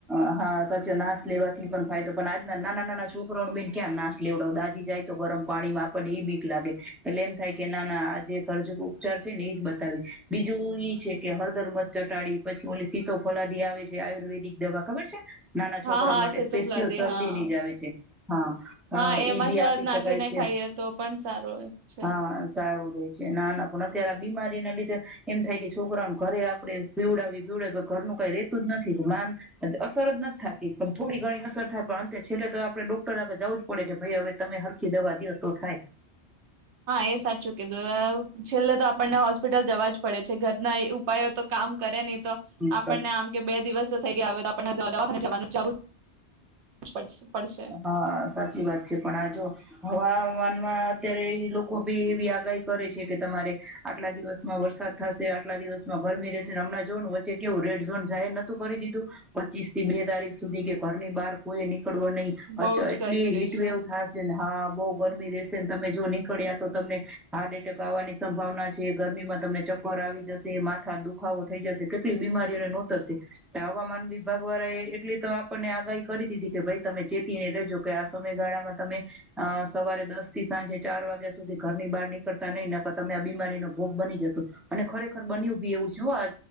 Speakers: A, in the centre; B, on the right (about 80°).
A: અ હા સચો નાસ લેવાથી પણ ફાયદો પણ આજના નાના નાના છોકરાઓને બેન ક્યાં નાશ લેવડાવ. દાજી જાય તો ગરમ પાણીમાં આપણને ઈ બીક લાગે. એટલે એમ થાય કે નાના આ જે કરજુક ઉપચાર છે ને ઈ જ બતાવી. બીજું ઈ છે કે હળદર મધ ચટાડી પછી ઓલી સી તો ફોલાદી આવે છે. આયુર્વેદિક દવા, ખબર છે? નાના છોકરાઓ
B: હા હા
A: માટે
B: અસેતો
A: સ્પેશિયલ
B: પ્લદે
A: શરદીની
B: હા
A: જ આવે છે. હા, અ
B: હા
A: ઈ
B: એમાં
A: બી
B: શહદ
A: આપી શકાય
B: નાખીને
A: છે.
B: ખાઈએ તો પણ સારું છે.
A: હા સારું. નાના પણ અત્યારે આ બીમારીના લીધે એમ થાય કે છોકરાઓને ઘરે આપડે પીવડાવી પીવ ઘરનું કાઈ રેતું જ નથી માન અસર જ નથી થાતી પણ થોડી ઘણી અસર થાય પણ અંતે છેલ્લે તો આપણે ડોક્ટર આગળ જાવું જ પડે કે ભાઈ હવે તમે હરખી દવા દયો તો થાય
B: હા એ સાચું કીધું છેલ્લે તો આપણને હોસ હોસ્પિટલ જવા જ પડે છે ઘરના ઉપાયો તો કામ કરે નહીં તો
A: થાય
B: આપણને આમ કે બે દિવસ તો થઈ ગયા હવે તો આપણને દવાખાને જવાનું જાવું જ પડશે. પડશે.
A: હા સાચી વાત છે પણ આ જો હવા હવામાનમાં અત્યારે ઈ લોકો બી એવી આગાહી કરે છે કે તમારે આટલા દિવસમાં વરસાદ થશે, આટલા દિવસમાં ગરમી રહેશે, હમણાં જોવોને વચ્ચે કેવું રેડ ઝોન જાહેર નતું કરી દીધું પચીસ થી બે તારીખ સુધી કે ઘરની બહાર કોઈએ નીકળવું અચ્છા
B: બહુ જ
A: એટલી
B: ગરમી રહેશે
A: હીટ વેવ થાશે ને હા બહુ ગરમી રહેશે ને તમે જો નીકળ્યા તો તમને હાર્ટ એટેક આવવાની સંભાવના છે, ગરમીમાં તમને ચક્કર આવી જશે, માથાનો દુખાવો થઈ જશે, કેટલી બીમારીઓને નોતરશે. તે હવામાન વિભાગવાળા એ એટલી તો આપણને આગાહી કરી દીધી કે ભાઈ તમે ચેતીને રેજો કે આ સમયગાળામાં તમે અ સવારે દસ થી સાંજે ચાર વાગ્યા સુધી ઘરની બહાર નીકળતા નહી નકર તમે આ બીમારીનો ભોગ બની જશો. અને ખરેખર બન્યું ભી એવું છે હો આ